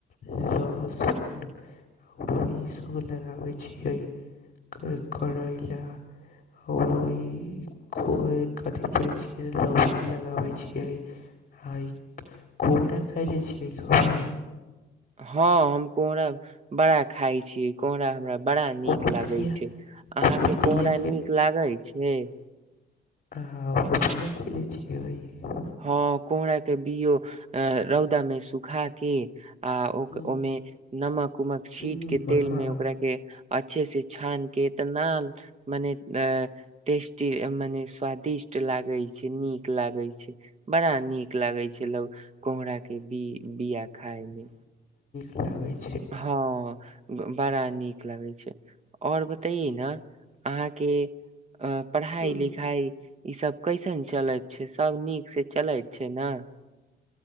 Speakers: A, on the left; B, on the right.
A: लहसुन। और ई सब लगाबै छियै क करैला ओरो ई कोए कथी फरै छीये, लौकी लगाबै छियै आ ई कोहरा खाएलै छियै कभी।
B: हाँ हम कोहरा बड़ा खाय छी कोहरा। हमरा बड़ा नीक
A: ओकर
B: लागे
A: बिया
B: छै, अहाँ
A: ओकर
B: के कोहरा
A: बिया
B: नीक लागे छै।
A: अहाँ ओकर बिया खएलै छीये।
B: हाँ कोहरा के बियो अ रौदा मे सुखा के आ ओ
A: हम्म
B: ओय मे नमक-उमक छीट
A: निमक
B: के, तेल मे
A: हा
B: ओकरा के अच्छे से छान के इतना मने अ टेस्टी मने स्वादिष्ट लागे छै, नीक लागे छै। बड़ा नीक लागै छै, लौ कोहरा के बी बिया खाय मे।
A: लागै
B: हाँ बड़ा नीक लागै छै और बताई ने अहाँ के पढ़ाई,
A: हम्म
B: लिखाई ई सब कैसन चलैत छै, सब नीक से चलैत छै ना।